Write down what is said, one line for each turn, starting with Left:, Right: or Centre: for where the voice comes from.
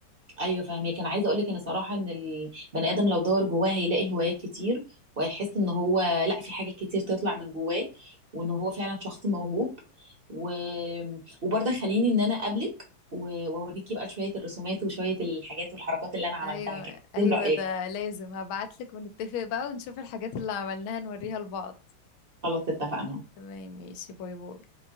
Right: ايوه فاهمك انا عايزه اقول لك ان صراحه ان البني ادم لو دور جواه هيلاقي هوايات كتير وهيحس ان هو لا في حاجات كتير تطلع من جواه وان هو فعلا شخص موهوب و... وبرضه خليني ان انا اقابلك و- واوريكي بقى شويه الرسومات وشويه الحاجات والحركات اللي انا عملتها
Left: ايوه
Right: كده
Left: ايوه
Right: من رايك
Left: ده لازم هبعتلك ونتفق بقى ونشوف الحاجات اللي عملناها نوريها لبعض
Right: خلاص اتفقنا
Left: تمام ماشي باي باي